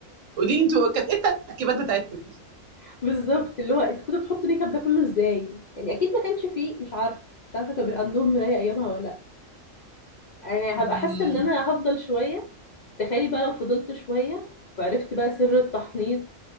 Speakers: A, on the right; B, on the left.
A: قولي لي انتوا كانت ايه التركيبات بتاعتكم دي
B: <laughs> بالظبط اللي هو انتوا كنتوا بتحطوا الميك اب ده كله ازاي يعني اكيد ما كانش فيه مش عارف مش عارفه كان بيبقى عندهم مرايه ايامها ولا لا يعني
A: امم
B: هبقى حاسه ان انا هفضل شويه تخيلي بقى لو فضلت شويه وعرفت بقى سر التحنيط